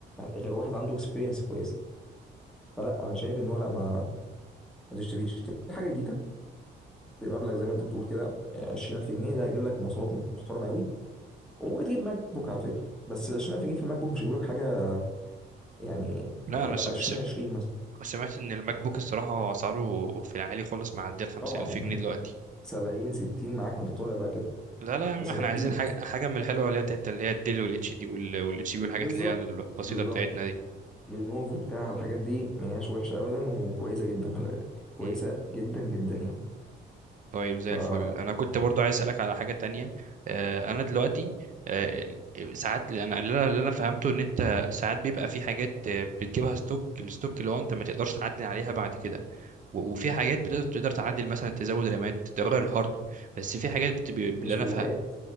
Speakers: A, in the centre; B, on the right (about 40°).
A: غير واحد عنده اكسبيرينس كويسه فلا انا شايف ان هو لا ما ما تشتريش اشتري حاجه جديده بمبلغ زي ما انت بتقول كده 20000 جنيه ده هيجيب لك مواصفات محترمه قوي وممكن تجيب ماك بوك على فكره بس 20000 جنيه في الماك بوك مش هيجيب لك حاجه يعني
B: لا
A: آه،
B: انا سم...
A: 2020
B: سم...
A: مثلا
B: سمعت ان الماك بوك الصراحه اسعاره في العالي خالص معديه ال 50000
A: طبعا
B: الف جنيه دلوقتي
A: <laughs> 70 60 معاك وانت طالع بقى كده
B: لا لا يا عم
A: بس
B: احنا
A: ده جديد
B: عايزين حاجه حاجه من الحلوه اللي هي بتاعت اللي هي الديل والاتش دي والاتش بي والحاجات
A: بالظبط
B: اللي هي البسيطه
A: بالظبط
B: بتاعتنا دي
A: لينوفو بتاع الحاجات دي ما هياش وحشه ابدا وكويسه جدا خلي بالك كويسه
B: مم.
A: جدا جدا يعني
B: طيب زي
A: فمش
B: الفل انا كنت برضو عايز اسالك على حاجه تانية آه انا دلوقتي آه ساعات اللي انا اللي انا اللي أنا فهمته ان انت ساعات بيبقى في حاجات آه، بتجيبها ستوك الستوك اللي هو انت ما تقدرش تعدل عليها بعد كده و- وفي حاجات بتقدر تقدر تعدل مثلا تزود رامات تغير الهارد بس في حاجات بت... اللي
A: في
B: انا
A: اللابات
B: فه-